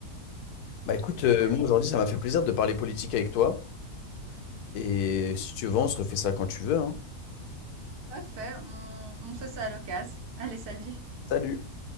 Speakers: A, on the left; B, on the right.
A: Bah écoute,
B: Donc,
A: euh,
B: ouais.
A: moi aujourd'hui, ça m'a fait plaisir de parler politique avec toi. Et si tu veux, on se refait ça quand tu veux, hein.
B: Parfait, on, on fait ça à l'occasion. Allez, salut!
A: Salut!